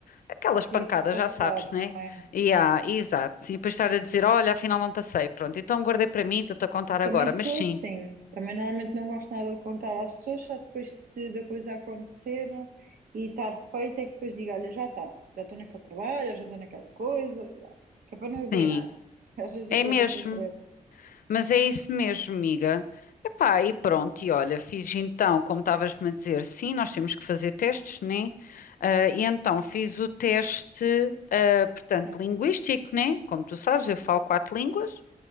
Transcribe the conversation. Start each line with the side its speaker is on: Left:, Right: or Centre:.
Left: Aquelas
Right: Querias
Left: pancadas,
Right: passar,
Left: já sabes, né?
Right: não é?
Left: E ah, exato. E depois estar a dizer, olha, afinal não passei. Pronto, então guardei para mim, estou-te a contar agora.
Right: Também sou
Left: Mas sim,
Right: assim, também normalmente não gosto nada de contar às pessoas, só depois de, da coisa acontecer e estar feita é que depois digo, olha, já está, já estou naquele trabalho, já estou naquela coisa, e lá. que é para não agoirar.
Left: sim,
Right: Às vezes
Left: é
Right: agoira
Left: mesmo.
Right: sem querer.
Left: Mas é isso mesmo, amiga. Epá, e pronto, e olha, fiz então, como estavas-me a dizer, sim, nós temos que fazer testes, né? Ah, e então fiz o teste, ah, portanto,
Right: É,
Left: linguístico, né? Como tu sabes, eu falo quatro línguas.